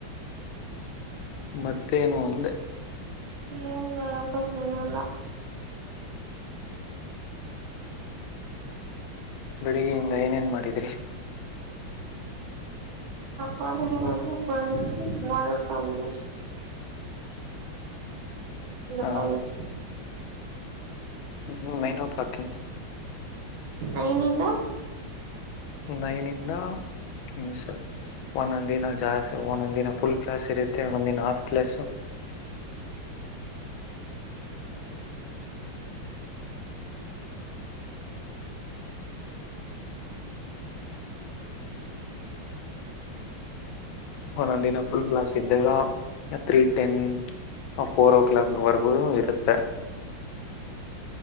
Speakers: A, on the left; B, on the right.
A: ಮತ್ತೇನು ಅಂದೆ,
B: ಲ್ಲ
A: ಬೆಳಿಗ್ಗೆಯಿಂದ ಏನೇನ್ ಮಾಡಿದ್ರಿ?
B: ಕಾಲೇಜ್ಗ ಹೋಗಿ ಬಂದ ಮಾಡಲ್ಕಂಬಷ್ಟ? ಎಲ್ಲ
A: ಆ
B: ಕಾಲಜ
A: ಹ್ಮ್ ನೈನ್ ಓ ಕ್ಲಾಕ್?
B: ನೈನಿಂದ?
A: ನೈನಿಂದ, ಇನ್ ಒಂದೊಂದು ದಿನ ಜಾಸ್ ಒಂದೊಂದು ದಿನ ಫುಲ್ ಕ್ಲಾಸ್ ಇರುತ್ತೆ ಒಂದೊಂದ ದಿನ ಹಾಫ್ ಕ್ಲಾಸು‌ ನ ದಿನ ಫುಲ್ ಕ್ಲಾಸ್ ಇದ್ದಾಗ ತ್ರೀ ಟೆನ್ ಫೋರ್ ಓ ಕ್ಲಾಕ್ವರೆಗೂ ಇರುತ್ತೆ‌.